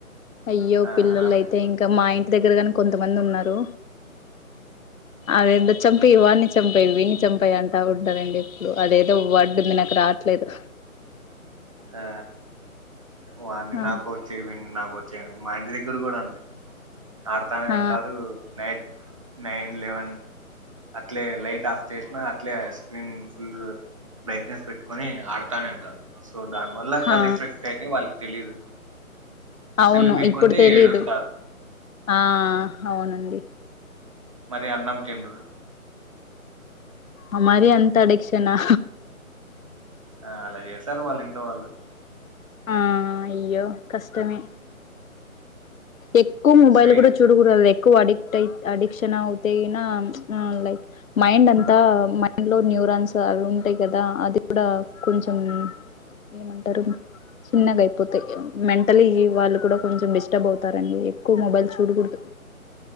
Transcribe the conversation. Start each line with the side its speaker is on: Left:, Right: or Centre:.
Left: అయ్యో
Right: ఆ
Left: పిల్లోళ్ళు
Right: అవి
Left: అయితే ఇంకా మా ఇంట్ దగ్గరగాని కొంతమంది ఉన్నారు అదేందో చంపేయ్ వాన్ని చంపేయ్ వీన్ని చంపేయ్ అంటా ఉంటదండి ఇప్పుడు అదేదో వర్డ్ ఉంది నాకు రా రావట్లేదు
Right: ఆ వాన్ని
Left: ఆ
Right: నాకొచ్చెవిని నాకొచ్చెవిని మా ఇంటి దగ్గర గూడా అంతే ఆడుతానే
Left: ఆ
Right: ఉంటారు నైట్ నైన్ లెవెన్ అట్లే లైట్ ఆఫ్ చేసినా అట్లే స్క్రీన్ ఫుల్ బ్రైట్నెస్ పెట్టుకొని ఆడతానే ఉంటారు సో దాని వల్ల కల్లెఫెక్ట్
Left: ఆ
Right: అయితాయ్ వాళ్ళకి తెలీదు
Left: అవును
Right: సెల్లు పీక్కుంటే
Left: ఇప్పుడు తెలీదు
Right: ఏడుస్తారు
Left: ఆ అవునండి
Right: మరి అన్నం తిండ్రు
Left: అమరి అంత అడిక్షనా
Right: ఆ అలా చేస్తారు వాళ్ళు ఇంట్లో వాళ్ళు
Left: ఆ అయ్యో కష్టమే ఎక్కువ్ మొబైల్
Right: సైడ్
Left: కూడా చూడకూడదు క్కువ అడిక్టై అడిక్షనవుతేయిన అ లైక్ మైండ్ అంతా మైండ్ లో న్యూ రాన్స్ అవి ఉంటాయి కదా అది కూడా కొంచం ఏమంటారు చిన్నగా అయిపోతాయి మెంటలీ వాళ్ళు కూడా కొంచెం డిస్టర్బ్ అవు రండి ఎక్కువ మొబైల్ చూడకూడదు